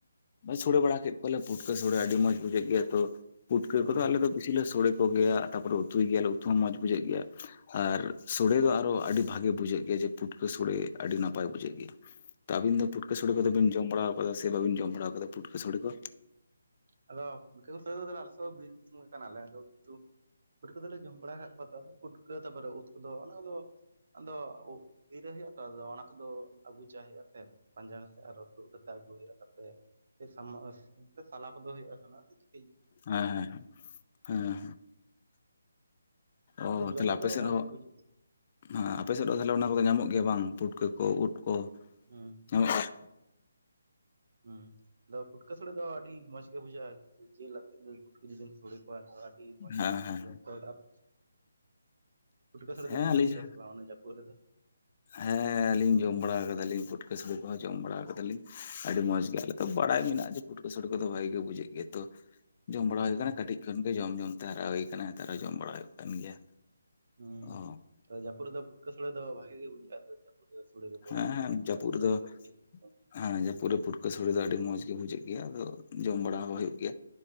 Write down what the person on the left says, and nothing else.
ᱥᱳᱲᱮ ᱵᱟᱲᱟ ᱠᱮᱫ ᱵᱚᱞᱮ ᱯᱩᱴᱠᱟᱹ ᱥᱚᱲᱮ ᱟᱹᱰᱤ ᱢᱚᱸᱡᱽ ᱵᱩᱡᱷᱟᱹᱜ ᱜᱮᱭᱟ ᱛᱚ ᱯᱩᱴᱠᱟᱹ
ᱠᱚᱫᱚ ᱟᱞᱮ ᱫᱚ ᱠᱤᱪᱷᱤᱞᱮ ᱥᱳᱲᱮ ᱠᱚᱜᱮᱭᱟ ᱛᱟᱯᱚᱨᱮ ᱩᱛᱩᱭ ᱜᱮᱭᱟᱞᱮ ᱩᱛᱩ ᱦᱚᱸ ᱢᱚᱸᱡᱽ ᱵᱩᱡᱷᱟᱹᱜ ᱜᱮᱭᱟ ᱟᱨ ᱥᱳᱲᱮ ᱫᱚ ᱟᱨᱚ ᱟᱹᱰᱤ ᱵᱷᱟᱜᱮ ᱵᱩᱡᱷᱟᱹᱜ ᱜᱮᱭᱟ, ᱡᱮ ᱯᱩᱴᱠᱟᱹ ᱥᱚᱲᱮ ᱟᱹᱰᱤ ᱱᱟᱯᱟᱭ ᱵᱩᱡᱷᱟᱹᱜ ᱜᱮᱭᱟ, ᱛᱚ ᱟᱹᱵᱤᱱ ᱫᱚ ᱯᱩᱴᱠᱟᱹ ᱯᱩᱴᱠᱟᱹ ᱥᱚᱲᱮ
ᱠᱚᱫᱚ ᱵᱤᱱ ᱡᱚᱢ ᱵᱟᱲᱟ ᱠᱟᱫᱟ ᱥᱮ ᱵᱟᱹᱵᱤᱱ ᱡᱚᱢ ᱵᱟᱲᱟ ᱠᱟᱫᱟ ᱯᱩᱴᱠᱟᱹ ᱥᱚᱲᱮ ᱠᱚ
ᱦᱮᱸ ᱦᱮᱸ ᱚ
ᱛᱟᱦᱞᱮ ᱟᱯᱮ
ᱥᱮᱫ
ᱦᱚᱸ
ᱦᱮᱸ ᱟᱯᱮ ᱥᱮᱫ ᱦᱚᱸ ᱛᱟᱦᱞᱮ ᱚᱱᱟ ᱠᱚᱫᱚ ᱧᱟᱢᱚᱜ ᱜᱮᱭᱟ ᱵᱟᱝ ᱯᱩᱴᱠᱟᱹ ᱠᱚ ᱩᱫ ᱠᱚ?
<unintelligible>
ᱦᱮᱸ
ᱦᱮᱸ
ᱦᱮᱸ
ᱟᱹᱞᱤᱧ
ᱦᱮᱸ ᱟᱹᱞᱤᱧ ᱡᱚᱢ ᱵᱟᱲᱟ ᱠᱟᱫᱟᱞᱤᱧ ᱯᱩᱴᱠᱟᱹ ᱥᱚᱲᱮ ᱠᱚᱦᱚᱸ ᱡᱚᱢ ᱵᱟᱲᱟ ᱟᱠᱟᱫᱟᱞᱤᱧ ᱟᱹᱰᱤ ᱢᱚᱸᱡᱽ ᱜᱮ ᱟᱞᱮ ᱫᱚ ᱵᱟᱲᱟᱭ ᱢᱮᱱᱟᱜᱼᱟ ᱡᱮ ᱯᱩᱴᱠᱟᱹ ᱥᱩᱲᱮ ᱠᱚᱫᱚ ᱵᱷᱟᱹᱜᱤ ᱜᱮ ᱵᱩᱡᱟᱹᱜ ᱜᱮᱭᱟ ᱛᱚ ᱡᱚᱢ ᱵᱟᱲᱟ
ᱦᱩᱭ ᱟᱠᱟᱱᱟ ᱠᱟᱹᱴᱤᱡ᱾ ᱠᱷᱟᱹᱱᱠᱟᱹ ᱡᱚᱢ ᱡᱚᱢᱛᱮ ᱦᱟᱨᱟ ᱦᱩᱭ ᱟᱠᱟᱱᱟ ᱱᱮᱛᱟᱨ ᱦᱚᱸ ᱡᱚᱢ ᱵᱟᱲᱟ ᱦᱩᱭᱩᱜ ᱠᱟᱱ ᱜᱮᱭᱟ᱾
ᱚ
ᱦᱮᱸ
ᱦᱮᱸ ᱡᱟᱹᱯᱩᱫ
ᱨᱮᱫᱚ
ᱦᱮᱸ ᱡᱟᱹᱯᱩᱫ ᱨᱮ ᱯᱩᱴᱠᱟᱹ ᱥᱚᱲᱮ ᱫᱚ ᱟᱹᱰᱤ ᱢᱚᱸᱡᱽ ᱜᱮ ᱵᱩᱡᱷᱟᱹᱜ ᱜᱮᱭᱟ ᱟᱫᱚ ᱡᱚᱢ ᱵᱟᱲᱟ ᱦᱚᱸ ᱦᱩᱭᱩᱜ ᱜᱮᱭᱟ᱾